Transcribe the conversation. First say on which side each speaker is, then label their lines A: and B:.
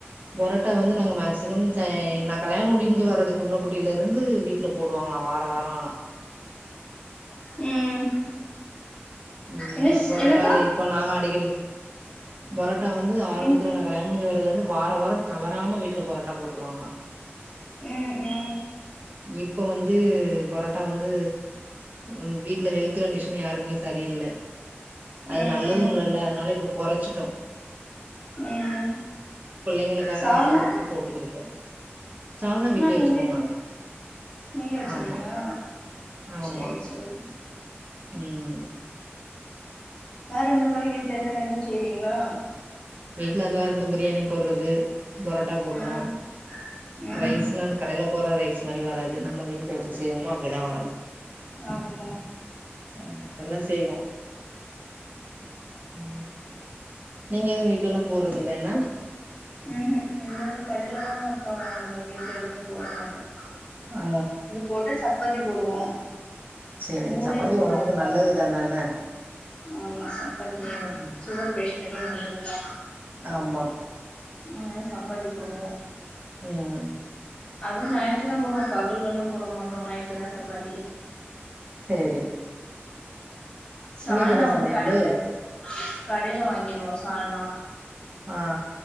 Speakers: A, on the right; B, on the left.
A: பொரோட்டா வந்து நாங்க மேக்சிமம் ச்ச நா கலியாண முடிஞ்சி வர்றதுக்கு முன்னகூட் டில இருந்து வீட்ல போடுவாங்களா வார வார ஆனா
B: ம்
A: ம்
B: என்னசிஸ்
A: இப்ப பொரோட்டா
B: என்னக்கா
A: நாங்க அடிக்கடி பரோட்டா வந்து ஆரம்பத்துல
B: ம்
A: நா கல்யாண முடிஞ்சு வரதுலருந்து வார வார தவறாம வீட்ல பொராட்டா போட்ருவாங்களா
B: ம் ம்
A: இப்ப வந்து பரோட்டா வந்து ம் வீட்ல ஹெல்த்கண்டிஷன் யாருக்குமே சரியில்ல அது
B: ம்
A: நல்லது இல்லல
B: ம்
A: அதனால இப்ப கொறச்சிட்டோ
B: ம்
A: பிள்ளைங்களுக்காக
B: சால்னா
A: ஆசைபட்டா போட்டு குடுப்போ சால்னா வீட்லயே
B: நீங்களே
A: வச்சுருவோ
B: செஞ்சு
A: நாங்க
B: நீங்களே வச்சிருவீங்களா
A: ஆமா ஆமா
B: சேரி சேரி
A: ம்
B: வேற எந்த மாரி வீட்ல என்னயேது செய்வீங்ளா
A: வீட்லருந்தா யிந்த பிரியாணி போட்றது பரோட்டா போடுவோ
B: ம் ம்
A: ரைஸ்னா அந்த கடையில போட்ற ரைஸ்மாரி வராது நம்ம வீட்ல எப்டி செய்வோமோ அப்டிதா வரு
B: ஆம்
A: ஆ அதெல்லா செய்வோ ம் நீங்க எதுவு வீட்லல்லா போட்றதில்ல என்ன
B: ம்ஹூ எல்லாமே கடைல தா அக்கா வாங்கணு வீட்ல எதுவுமே போட மாட்டோ
A: ஆ
B: போட்டா சப்பாத்தி போடுவோ
A: சேரி
B: பூரி
A: சப்பாத்தி
B: போடுவாங்க
A: ஒடம்புக்கு நல்லது தான என்ன
B: ஆமா சப்பாத்தி
A: ம்
B: சுகர் ஃபேஷண்ட்டுகெல்லா நல்லதுல்ல
A: ஆமா
B: அதனால சப்பாத்தி போடுவோ
A: ம்
B: அது நைட்டுதா போடுவோ பகலல்லா போட மாட்டோ நைட்டு தா சப்பாத்தி
A: சேரி
B: சால்னா
A: இன்னைக்கு என்ன
B: வந்து
A: சமையலு
B: கடைல கடைல வாங்கிருவோ சால்னா
A: ஆ